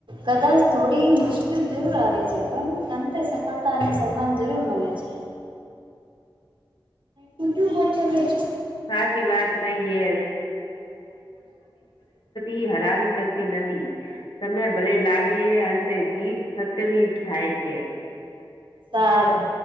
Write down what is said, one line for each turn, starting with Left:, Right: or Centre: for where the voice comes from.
Right: કદાચ થોડી મુશ્કેલ જરૂર આવે છે પણ અંતે સફળતા અને સન્માન જરૂર મળે છે હમ બધું હાચમ વાત છે
Left: સાચી વાત કહીએ ઈ હરાવી શકતી નતી સમય ભલે લાગે અંતે જીત સત્યની જ થાય છે
Right: સારું